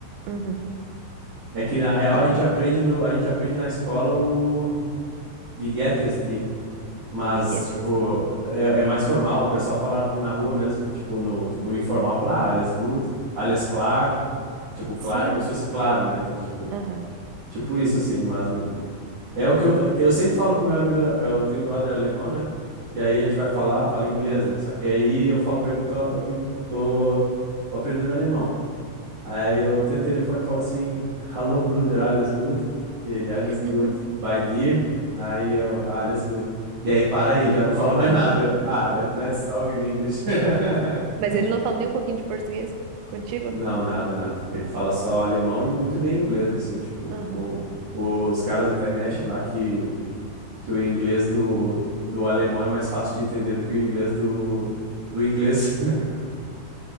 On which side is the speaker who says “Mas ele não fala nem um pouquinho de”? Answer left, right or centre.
Right